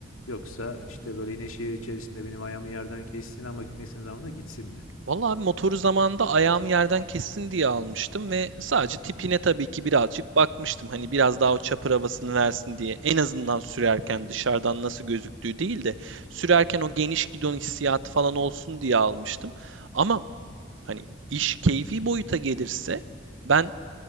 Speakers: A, on the left; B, on the right.
A: Yoksa, işte, böyle, yine şehir içerisinde benim ayağımı yerden kessin ama gitmek istediğim zaman da gitsin mi?
B: Vallahi abi motoru zamanında ayağım yerden kessin diye almıştım ve sadece tipine tabii ki birazcık bakmıştım. Hani biraz daha o çapır havasını versin diye. En azından sürerken
A: Hı hı.
B: dışarıdan nasıl gözüktüğü değil de sürerken o geniş gidon hissiyatı falan olsun diye almıştım. Ama hani iş keyfi boyuta gelirse ben